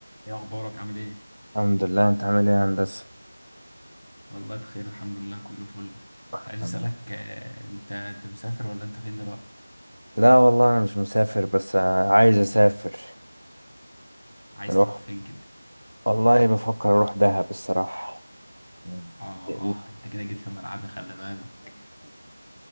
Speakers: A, on the left; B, on the right.
A: ايه اخبارك عامل ايه
B: الحمد لله انت عامل ايه يا هندسة
A: والله بخير الحمد لله كله فل
B: الحمد.
A: كنت عايز اسالك آه، انت انت مسافر ولا انت فين دلوقتي
B: لا والله انا مش مسافر بس ع- عايز اسافر
A: عايز
B: نروح
A: تروح فين كده
B: والله بفكر اروح دهب الصراحة <laughs>
A: اه اه انت كده جيت في ملعبي خلي بالك